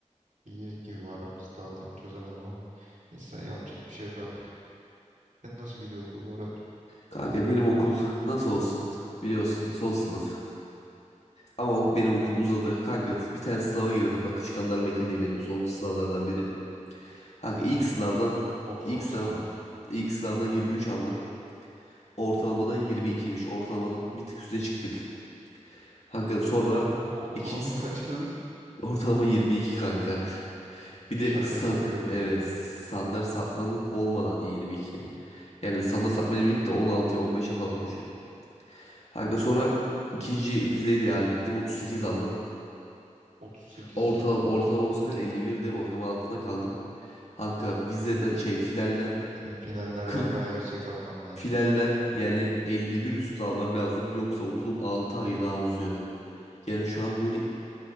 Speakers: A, on the right (about 85°); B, on the left (about 60°).
A: İyi gibi aramızda. Daha tam çözemedim ama. Neyse yapacak bir şey yok artık. Sen nasıl gidiyor okul bu arada?
B: Kanka benim okul nasıl olsun biliyorsun son sınıf. Ama ok- benim okul uzadı. Kanka bir tane sınava girdim. Akışkanlar mekaniği benim son sınavlardan biri. Kanka ilk
A: Boz,
B: sınavdan
A: çok zor
B: ilk
A: sınav.
B: sınav ilk sınavdan 23 aldım. Ortalamada 22'ymiş. Ortalamanın bir tık üstüne çıktık. Kanka sonra
A: Ortalama
B: ikinci
A: kaç dedin?
B: ortalama 22 kanka. <laughs> Bir
A: Şaka
B: de sa-
A: gibi bir okul
B: evet
A: ya.
B: standart sapmanın olmadan 22. Yani standart sapmayla birlikte 16'ya 15'e falan düşüyor. Kanka sonra ikinci vizeyi de hallettim. 38 aldım.
A: 38
B: Ortalama, ortalama bu sefer 51 de ortalama altında kaldım. Kanka vizeden şey finalden
A: senin finallerden
B: 40
A: bayağı yüksek alman lazım.
B: finalden yani 51 üstü almam lazım. Yoksa okulum 6 ay daha uzuyor. Yani şu
A: Peki
B: an böyle